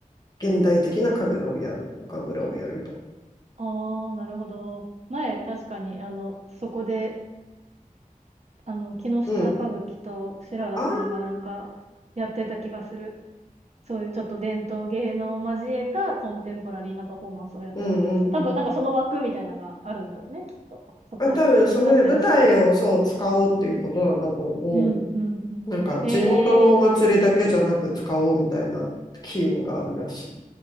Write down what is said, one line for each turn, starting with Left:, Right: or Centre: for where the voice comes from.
Left: 現代的な神楽をやる、お神楽をやると。
Right: ああ、なるほど。前、確かに、あの、そこで、あの、木下歌舞伎と白田さんがなんか、
Left: うん。ああ、
Right: やってた気がする。そういうちょっと伝統芸能を交えたコンテンポラリーなパフォーマンスをやってた気がする。
Left: うんうんうん。
Right: 多分、なんかその枠みたいなのがあるんだろうね、きっと。そこを活用した。
Left: あ、多分、そのね、舞台をそう使おうっていうことなんだと思
Right: うん、うん、うん。
Left: う。なんか、
Right: ええ
Left: 地元のお祭りだけじゃなく使おうみたいな機運があるらし